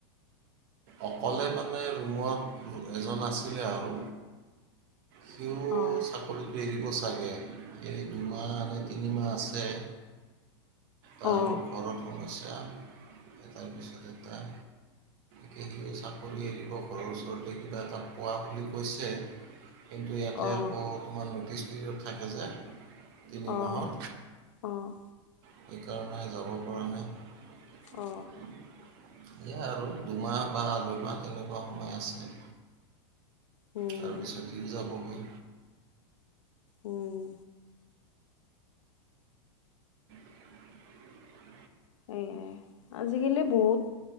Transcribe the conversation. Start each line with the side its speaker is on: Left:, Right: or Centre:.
Right: অকলে মানে ৰুমত এজন আছিলে আৰু সিও
Left: অ
Right: চাকৰিত এৰিব চা- গে দুমাহ নে তিনিমাহ আছে। তাৰ
Left: অ
Right: ঘৰত সমস্যা তাৰপিছতে এটা গতিকে চাকৰি এৰিব ঘৰৰ ওচৰতে কিবা এটা পোৱা বুলি কৈছে। কিন্তু ইয়াতে
Left: অ
Right: আকৌ তোমাৰ ন'টিচ পিয়ড থাকে যে তিনিমাহৰ
Left: অহ অহ
Right: সেইকাৰণে যাব পৰা নাই।
Left: অ
Right: এয়া আৰু দুমাহ বা দুইমাহ তেনেকুৱা সময় আছে।
Left: উম
Right: তাৰপিছত ইও যাবগৈ।
Left: উম
Right: <inaudible>
Left: সেয়য়াই আজিকালি বহুত